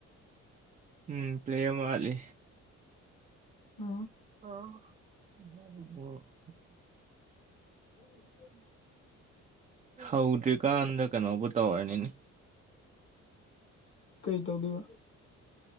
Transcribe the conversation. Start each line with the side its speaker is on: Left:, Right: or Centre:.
Right: ꯎꯝ ꯄ꯭ꯂꯦꯝ ꯋꯥꯠꯂꯤ
Left: ꯑ
Right: ꯑꯣ
Left: ꯎꯝ <inaudible>
Right: ꯍꯧꯗ꯭ꯔꯤꯀꯥꯟꯗ ꯀꯩꯅꯣꯕꯨ ꯇꯧꯔꯅꯤꯅꯦ
Left: ꯀꯩ ꯇꯧꯗꯣꯏꯕ